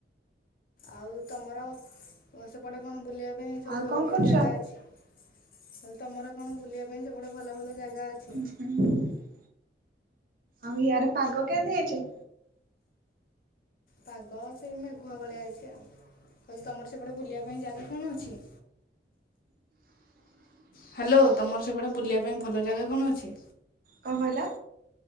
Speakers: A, on the left; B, on the right.
A: ଆଉ ତମର ଓ ସେପଟେ କଣ ବୁଲିଆ ପାଇଁ ସବୁ
B: ଆଉ
A: ଭଲ
B: କଣ
A: ଭଲ
B: କରୁଛ?
A: ଜାଗା ଅଛି। କଇଲି ତମର କଣ ବୁଲିଆ ପାଇଁ ସେପଟେ ଭଲ ଭଲ ଜାଗା ଅଛି।
B: ହୁଁ। ଆଉ ଇଆରେ ପାଗ କେମିତି ହେଇଚି?
A: ପାଗ ସେଇ ମେଘୁଆ ଭଳିଆ ହେଇଚି ଆଉ କଇଲି ତମର ସେପଟେ ବୁଲିଆ ପାଇଁ ଜାଗା କଣ ଅଛି। ହ୍ୟାଲୋ ତମର ସେପଟେ ବୁଲିଆ ପାଇଁ ଭଲ ଜାଗା କଣ ଅଛି।
B: କ କହଲ।